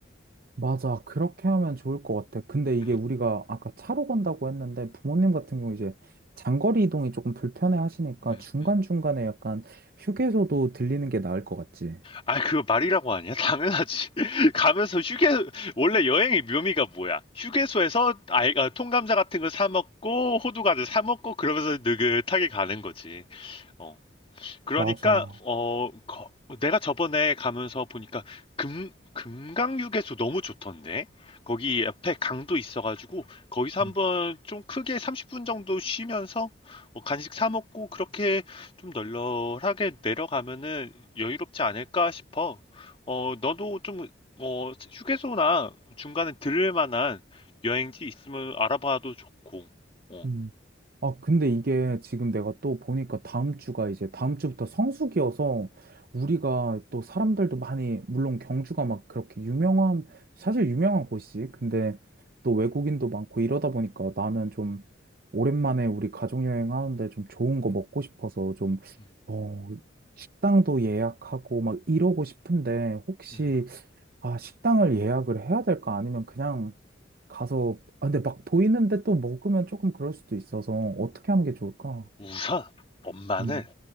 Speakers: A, on the right; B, on the left.
A: 맞아. 그렇게 하면 좋을 것 같아. 근데 이게
B: 음,
A: 우리가 아까 차로 간다고 했는데 부모님 같은 경우 이제 장거리 이동이 조금 불편해 하시니까
B: 음,
A: 중간중간에
B: 음.
A: 약간 휴게소도 들리는 게 나을 것 같지.
B: 아, 그거 말이라고 하냐? 당연하지. <laughs> 가면서 휴게, 원래 여행의 묘미가 뭐야? 휴게소에서 아이가 통감자 같은 거 사먹고, 호두과자 사먹고, 그러면서 느긋하게 가는 거지. 어. 그러니까
A: 맞아.
B: 어 거- 내가 저번에 가면서 보니까 금 금강휴게소 너무 좋던데 거기 옆에 강도 있어가지고 거기서 한번
A: 음,
B: 좀 크게 30분 정도 쉬면서 어, 간식 사 먹고 그렇게 좀 널널하게 내려가면은 여유롭지 않을까 싶어. 어 너도 좀 어 휴게소나 중간에 들을 만한 여행지 있으면 알아봐도 좋고. 어,
A: 음. 아, 근데 이게 지금 내가 또 보니까 다음 주가 이제 다음 주부터 성수기여서 우리가 또 사람들도 많이, 물론 경주가 막 그렇게 유명한, 사실 유명한 곳이지. 근데 또 외국인도 많고 이러다 보니까 나는 좀 오랜만에 우리 가족여행 하는데 좀 좋은 거 먹고 싶어서 좀,
B: 음,
A: 어, 식당도 예약하고 막 이러고 싶은데 혹시,
B: 음.
A: 아, 식당을 예약을 해야 될까? 아니면 그냥 가서, 아, 근데 막 보이는데 또 먹으면 조금 그럴 수도 있어서 어떻게 하는 게 좋을까?
B: 우선 엄마는
A: 음,